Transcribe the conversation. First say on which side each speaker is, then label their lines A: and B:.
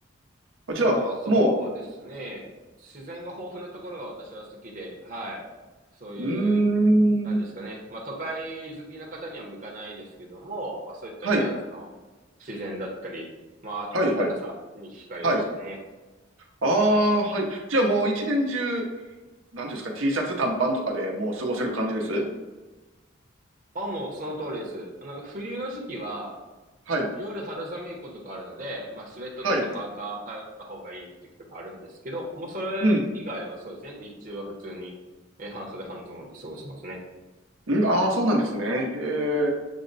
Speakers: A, on the right; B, on the right.
A: あ、じゃあ、
B: あとはそうですね。
A: も
B: 自然が豊富なところが私は好きで、はい。そういう、
A: う、うーん。
B: なんですかね。まあ都会好きな方には向かないですけども、まあそういったケアンズの自然だったり、
A: はい、
B: まあ暖かさに惹かれましたね。
A: はい、はい、はい。ああ、はい。じゃあもう一年中、なんていうんですか、T シャツ短パンとかでもう過ごせる感じです
B: あ、もうその通りです。なんか冬の時期は
A: はい、
B: 夜肌寒いことがあるので、まあスウェットとかパーカー羽織った方がいい時とかあるんですけど、
A: はい。
B: もうそれ以外はそうですね。
A: うん。
B: 日中は普通にえー半袖半ズボンで過ごしますね。
A: うん、ああ、そうなんですね。へえ。